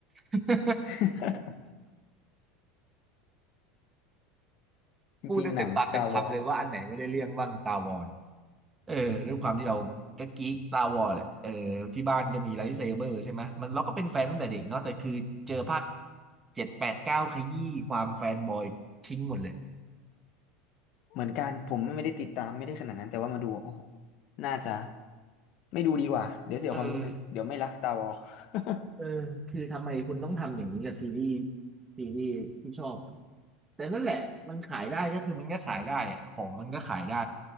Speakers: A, on the right; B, on the left.
A: <laughs>
B: <laughs> จริงๆหนัง
A: พูดได้เต็มปากเต็มคำเลยว่าอันไหนไม่ได้เรื่องบ้างตาวอน
B: Star Wars
A: เออด้วยความที่เราก็กิ๊กตาวอร์แหละเออที่บ้านก็มีไลท์เซเบอร์ใช่ไหมมันเราก็เป็นแฟนตั้งแต่เด็กเนาะแต่คือเจอภาคเจ็ดแปดเก้าขยี้ความแฟนบอยทิ้งหมดเลย
B: เหมือนกันผมไม่ได้ติดตามไม่ได้ขนาดนั้นแต่ว่ามาดูโอ้โหน่าจะไม่ดูดีกว่าเดี๋ยวเสียความรู้สึกเดี๋ยวไม่รัก
A: เออ
B: Star Wars <laughs>
A: เออคือทำไมคุณต้องทำอย่างนี้กับซีรีส์ซีรีส์ที่ชอบแต่นั่นแหละมันขายได้ก็คือมันก็ขายได้อะของมันก็ขายได้